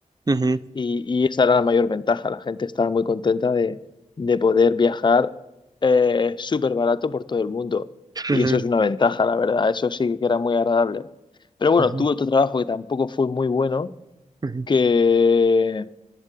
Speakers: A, on the right; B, on the left.
A: Ujú,
B: Y, y esa era la mayor ventaja. La gente estaba muy contenta de, de poder viajar eh, súper barato por todo el mundo.
A: ujú,
B: Y eso es una ventaja, la verdad. Eso sí que era muy agradable. Pero bueno,
A: ujú.
B: tuve otro trabajo que tampoco fue muy bueno,
A: Ujú.
B: que,